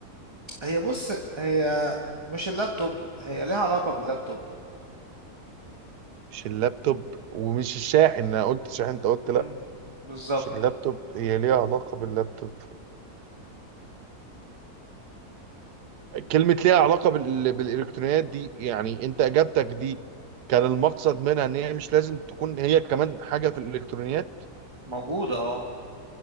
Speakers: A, on the right; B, on the right.
A: هي بص هي مش اللابتوب هي ليها علاقة باللابتوب
B: مش اللابتوب ومش الشاحن انا قلت شاحن انت قلت لا
A: مم. بالظبط
B: مش اللابتوب هي ليها علاقة باللابتوب كلمة ليها علاقة بال... بالإلكترونيات دي يعني أنت إجابتك دي كان المقصد منها إن هي مش لازم تكون هي كمان حاجة في الإلكترونيات
A: موجودة اه